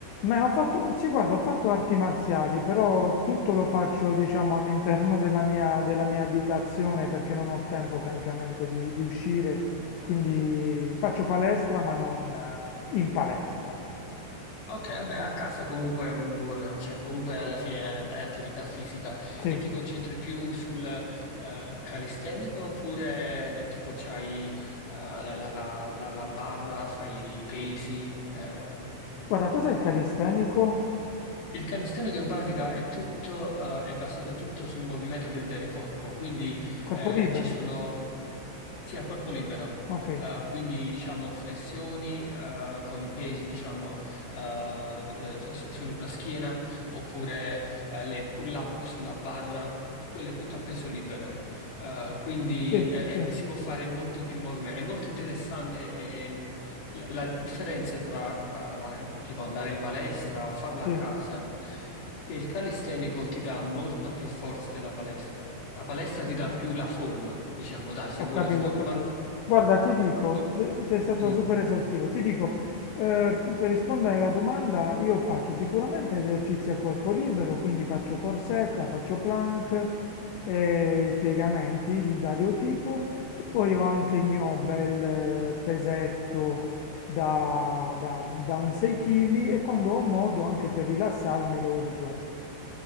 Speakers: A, on the left; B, on the left.
A: Ma ho fatto, sì, guarda, ho fatto arti marziali, però tutto lo faccio, diciamo, all'interno della mia, della mia abitazione perché non ho tempo, francamente, di, di uscire, quindi faccio palestra, ma non eh, in palestra.
B: Ok, beh, a casa comunque è un buon, cioè comunque alla fine è, è attività fisica
A: Sì.
B: e ti concentri più sul eh, calistenico oppure eh, tipo c'hai eh, la, la- la- la- la barra, fai i pesi? eh?
A: Guarda, cos'è il calistenico?
B: Il calisthenico in pratica è tutto, eh, è basato tutto sul movimento de- del corpo, quindi
A: Corpo
B: eh,
A: libero.
B: ci sono sia il corpo libero,
A: Ok.
B: eh, quindi diciamo flessioni eh, con pesi diciamo eh, eh, su- su- sulla schiena oppure eh, le pull-up sulla barra e quello è tutto a peso libero. Eh, quindi
A: Sì,
B: eh,
A: sì,
B: eh, si può fare molti più movimenti. È molto interessante ehm, la la differenza tra eh, la- tipo andare in palestra o farla
A: sì,
B: a casa è che il calistenico ti dà molta più forza della palestra. La palestra ti
A: ok,
B: dà più la forma, diciamo, dai, se
A: ho
B: vuoi
A: capito,
B: la forma.
A: ho capito. Guarda, ti dico,
B: o-
A: se- sei stato
B: Mm.
A: super esaustivo, ti dico, eh, per rispondere alla domanda, io faccio sicuramente esercizi a corpo libero, quindi faccio corsetta, faccio plank, eh, piegamenti di vario tipo
B: Eh,
A: e poi ho anche il mio bel eh, pesetto da, da, da un 6 kg e quando ho modo anche per rilassarmi lo uso.